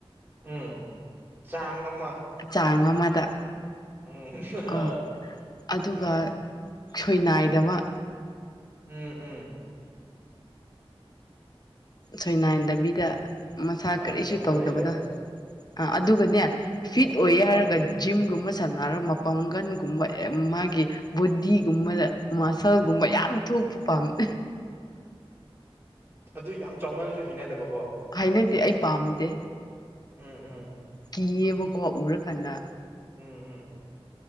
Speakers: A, on the right; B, on the left.
A: ꯎꯝ ꯆꯥꯡ ꯑꯃ
B: ꯆꯥꯡ ꯑꯃꯗ
A: ꯎꯝ
B: ꯀꯣ
A: ꯑꯥ
B: ꯑꯗꯨꯒ
A: ꯍꯣꯏ
B: ꯁꯣꯏ ꯅꯥꯏꯗꯕ
A: ꯎꯝ ꯎꯝ
B: ꯁꯣꯏꯅꯥꯏꯟꯗꯕꯤꯗ ꯃꯁꯥ
A: ꯑꯥ
B: ꯀꯔꯤꯁꯨ
A: ꯑꯗꯨ ꯑꯃ
B: ꯇꯧꯗꯕꯗꯣ
A: ꯂꯩꯔꯦ
B: ꯑꯥ ꯑꯗꯨꯒꯅꯦ ꯐꯤꯠ ꯑꯣꯏꯦ ꯍꯥꯏꯔꯒ
A: ꯍꯣꯏ
B: ꯖꯤꯝꯒꯨꯝꯕ ꯁꯟꯅꯔ ꯃꯄꯥꯝꯒꯟꯒꯨꯝꯕ ꯑꯦ ꯃꯥꯒꯤ ꯕꯣꯗꯤꯒꯨꯝꯃꯗ ꯃꯁꯜꯒꯨꯝꯕ ꯌꯥꯝ ꯊꯣꯛꯄ ꯄꯥꯝꯃꯦ
A: ꯑꯗꯨ ꯌꯥꯝ ꯆꯥꯎꯃꯜꯂꯖꯨ ꯍꯩꯅꯗꯕꯀꯣ
B: ꯍꯩꯅꯗꯦ ꯑꯩ ꯄꯥꯝꯗꯦ
A: ꯎꯝ ꯎꯝ
B: ꯀꯤꯌꯦꯕꯀꯣ ꯎꯔꯀꯥꯟꯗ
A: ꯎꯝ ꯎꯝ